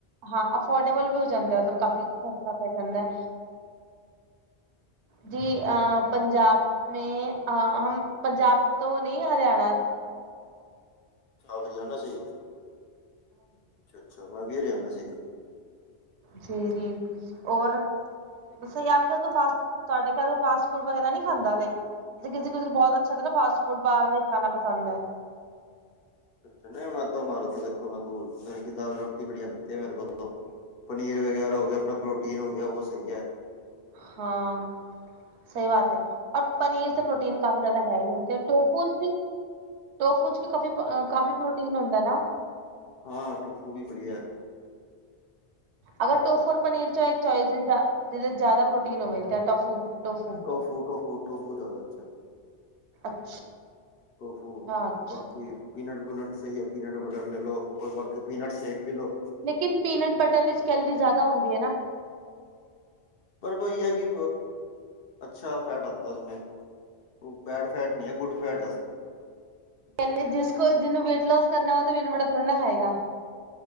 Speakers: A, on the right (about 80°); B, on the left (about 60°).
A: ਹਾਂ ਅਫੋਰਡੇਬਲ ਵੀ ਹੋ ਜਾਂਦਾ ਮਤਲਬ ਕਾਫੀ ਸਸਤਾ ਪੈ ਜਾਂਦਾ। ਜੀ ਅ ਪੰਜਾਬ ਮੈਂ ਅ ਹਮ ਪੰਜਾਬ ਤੋਂ ਨਹੀਂ ਹਰਿਆਣਾ
B: ਆਪ ਹਰਿਆਣਾ ਸੇ ਉਹ ਅੱਛਾ, ਅੱਛਾ ਮੈਂ ਵੀ ਹਰਿਆਣਾ ਸੇ ਹੁ
A: ਜੀ ਜ ਔਰ ਬ ਸਹੀ ਆਪ ਕੇ ਫਾਸਟ ਤੁਹਾਡੇ ਘਰ ਫਾਸਟ ਫੂਡ ਵਗੈਰਾ ਨ ਨਹੀਂ ਖਦਾ ਲਾਈਕ ਕਿਸੇ ਬਹੁਤ ਅੱਛਾ ਨਾ ਫਾਸਟ ਫੂਡ ਬਾਹਰ ਖਾਣਾ ਪਸੰਦ ਹੈ।
B: ਅੱਛਾ ਨਹੀਂ। ਮੈਂ ਤਾਂ ਮਾਰਾ। ਤੂੰ ਦੇਖੋ। ਮੈਂ ਤੂੰ ਘਰ ਕੀ ਦਾਲ ਰੋਟੀ ਬੜੀਆ ਲੱਗਦੀ ਹੈ ਮੇਰੇ ਕੋ ਤੋ ਪਨੀਰ ਵਗੈਰਾ ਹੋ ਗਿਆ। ਆਪਣਾ ਪ੍ਰੋਟੀਨ ਹੋ ਗਿਆ। ਉਹ ਸਹੀ ਹੈ।
A: ਹਾਂ। ਸਹੀ ਬਾਤ ਹੈ। ਔਰ। ਪਨੀਰ ਤੇ ਪ੍ਰੋਟੀਨ ਕਾਫੀ ਜ਼ਿਆਦਾ ਹੁੰਦੀ ਹੈ। ਟੋਫੂਸ ਵੀ। ਟੋਫੂ ਵੀ ਕਾਫੀ ਕਾਫੀ ਪ੍ਰੋਟੀਨ ਹੁੰਦਾ ਹੈ ਨਾ।
B: ਹਾਂ। ਟੋਫੂ ਵੀ ਬੜੀਆ।
A: ਅਗਰ ਟੋਫੋਰ ਪਨੀਰ ਚੋ। ਜਿਹਦੇ ਜ਼ਿਆਦਾ ਪ੍ਰੋਟੀਨ ਹੋਵੇ। ਟੋਫੂ।
B: ਟੋਫੂ, ਟੋਫੂ, ਟੋਫੂ ਜਾਦਾ ਅਸ਼ਾ ਹੈ।
A: ਅੱਛਾ।
B: ਟੋਫੂ
A: ਅੱਛਾ
B: ਬਾਕੀ। ਪੀਨਟ, ਪੀਨਟ ਸਹੀ ਹੈ। ਪੀਨਟ ਬਟਰ ਲੈ ਲੋ, ਬਾਕੀ ਪੀਨਟ ਸਹੀ ਪੀ ਲੋ।
A: ਲੇਕਿਨ ਪੀਨਟ ਬਟਰ ਵਿੱਚ ਕੈਲਰੀ ਜ਼ਿਆਦਾ ਹੁੰਦੀ ਹੈ ਨਾ।
B: ਪਰ ਬਹੀ ਹੈ ਕਿ ਅੱਛਾ ਫੈਟ ਆਤਾ ਉਸਮੇ ਉਹ ਬੈਡ ਫੈਟ ਨਹੀ ਹੈ ਗੁਡ ਫੈਟ
A: ਕਹਿੰਦੇ ਜਿਸ ਕੋ ਜਿਹਨੂੰ ਵੇਟ ਲੋਸ ਕਰਨਾ ਹੋ ਤਾਂ ਵੇਟ ਨੂੰ ਬੜਾਥੋੜ੍ਹਾ ਨਾ ਖਾਏਗਾ।